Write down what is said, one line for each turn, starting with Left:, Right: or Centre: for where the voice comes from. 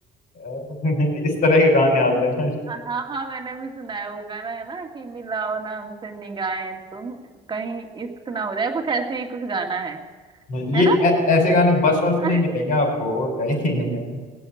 Left: अब- <laughs> इस तरह के गाने आते हैं
Right: हाँ हाँ मैंने भी सुना है वो गाना है ना कि मिलाओ ना हमसे निगाहें तुम कहीं इश्क ना हो जाए कुछ ऐसे ही कुछ गाना है
Left: ये
Right: है ना
Left: ऐ- ऐसे गाने बस
Right: तो
Left: बस में ही मिलेंगे
Right: <laughs>
Left: आपको और कहीं नहीं मिलेंगे